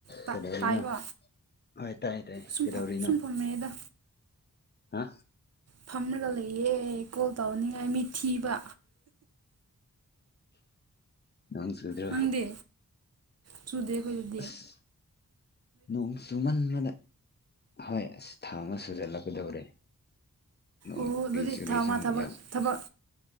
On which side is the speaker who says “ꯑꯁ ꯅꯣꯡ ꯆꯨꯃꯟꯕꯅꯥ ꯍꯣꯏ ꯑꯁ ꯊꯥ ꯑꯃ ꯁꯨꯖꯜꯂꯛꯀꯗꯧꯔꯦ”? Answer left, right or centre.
Left